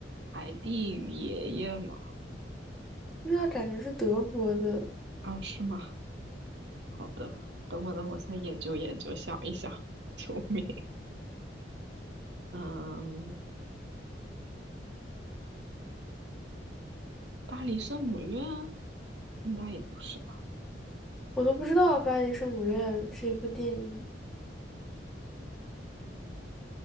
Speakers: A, on the right (about 75°); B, in the centre.
A: 海蒂与爷爷吗？
B: 那感觉是德国的，
A: 啊，是吗？好的，等我等我再研究研究，想一想，<laughs> 救命！嗯，巴黎圣母院应该也不是吧？
B: 我都不知道《巴黎圣母院》是一部电影。